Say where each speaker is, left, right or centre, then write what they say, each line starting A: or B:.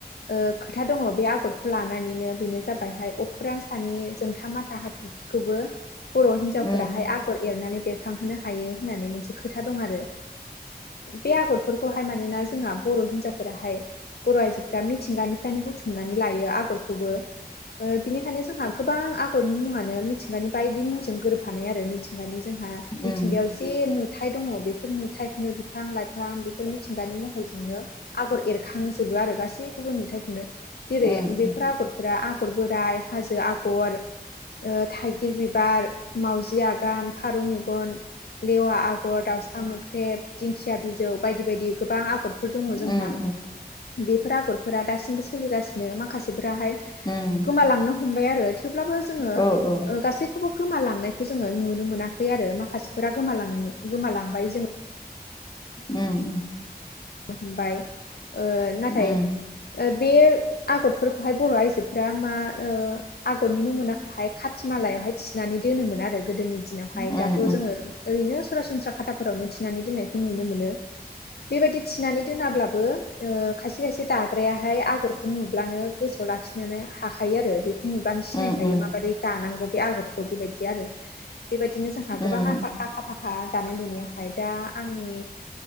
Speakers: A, on the left; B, on the left.
A: ओ खोथा दङ बे आगरखौ लानानैनो बेनो जाबायहाय अखोरां सानि जोंथा माथा हाथर खिखौबो बर' हिनजावफोराहाय
B: उम
A: आगर एरनानै बेरखांहोनो हायो होननानै मोनसे खोथा दं आरो बे आगरफोरखौहाय मानोना जोंना बर' हिनजावफोराहाय बर' आइजो मिथिंगानिफ्रायनो बुथुमनानै लायो आगरखौबो बिनिखायनो जोंहा गोबां आगरफोरनि मुङानो मिथिंगानि बायदि मुंजों गोरोबफानाय आरो मिथिंगानि जोंहा
B: उम
A: मिथिंगायाव जे नुथाय दङ बेफोर नुथायाइखौनो बिफां लाइफां बेफोर मिथिंगानि महरजोंनो आगर एरखांजोबो आरो गासै गुबुन नुथाइखौनो जेरै
B: उम
A: बेफोर आगर फोरा आगर बोराइ हाजो आगर थाइगिर बिबार माउजि आगान फारौ मेगन लेवा आगर दाउसा मोख्रेब दिंखिया बिजौ बायदि बायदि गोबां आगरफोर दङ जोंहा
B: उम
A: बेफोर नखरफोरा दासिमबो सोलिगासिनो माखासेफोराहाय
B: उम
A: गोमालांनो हमबाय आरो थेवब्लाबो जोङो
B: औ औ
A: गासैखौबो गोमालांनायखौ जोङो नुनो मोनाखै आरो माखासेफोरा गोमां गोमालांबाय जोङो
B: उम उम
A: हमबाय ओ नाथाय
B: उम उम
A: बे आगरफोरखौहाय बर' आइजोफोरा मा आगरनि नमुनाखौहाय खाथि मालायावहाय थिनानै दोनोमोन आरो गोदोनि दिनावहाय
B: उम
A: दाथ' जोङो ओरैनो सरासनस्रा खाथाफोरावनो थिनानै दोननायखौ नुनो मोनो बेबायदि थिनानै दोनाब्लाबो ओ खायसे खायसे दाग्रायाहाय आगरखौ नुब्लानो गोसोआव लाखि नानै हाखायो आरो बे नुबानो सिनायखायो
B: उम उम
A: माबोरै दानांगौ बे आगरखौ बेबायदि आरो बेबायदिनो जोंहा
B: उम
A: गोबां आफा आखा फाखा दानाय लुनायावहाय दा आंनि